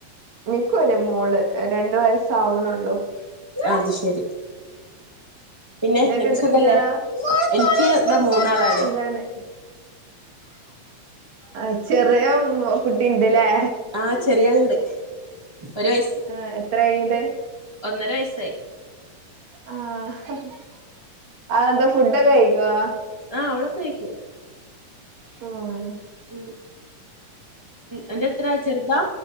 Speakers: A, on the right; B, on the right.
A: ഇൻക് ഒര് മോള് രണ്ട് വയസ്സ ആ വ്ണള്ളൂ.
B: അത് ശരി. പിന്നെ
A: ഇങ്ങക്ക്
B: നിനക്ക്
A: എത്ര
B: സുഖല്ലേ?
A: കുട്ട്യാളാ?
B: എനിക്ക് ഇതാ മൂന്നാളാണ്.
A: <unintelligible> ആഹ് ചെറ്യാ കുട്ടിണ്ട്ല്ലേ?
B: ആഹ് ചെറ്യാളുണ്ട്. ഒരു വയസ്
A: ആഹ് എത്രായി ന്നട്ട്?
B: ഒന്നര വയസായി.
A: ആഹ് അതെന്ത ഫു ഡൊക്കെ കഴിക്കോ?
B: ആഹ് അവളൊക്കെ കഴിക്കും.
A: ആഹ്.
B: ഉം അന്റെ എത്ര ചെർതാ?